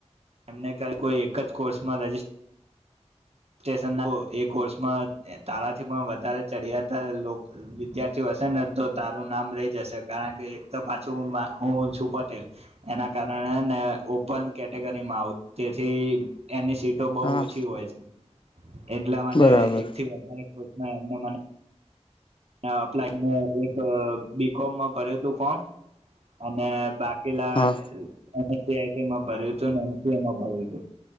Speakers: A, on the right; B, on the left.
A: એમને ક કોઈ એક જ કોર્સમાં રજિસ્ટ સ્ટન એ કોર્સમાં તારાથી પણ વધારે ચડિયાતા વિદ્યાર્થી હશે ને તો તારું નામ રહી જશે કારણ કે એક તો પાછું હું છું પટેલ એના કારણેને ઓપન કેટેગરીમાં આવું તેથી એની સ તો બહુ
B: હા
A: ઓછી હોય છે એટલા માટે
B: બરાબર
A: એકથી વધારે ના મને અપ્લાય એક બીકોમમાં ભર્યું હતું ફોર્મ અને બાકી કેલા
B: હા
A: સીઆઈટીમાં ભર્યું હતું એમસીએમાં ભર્યું હતું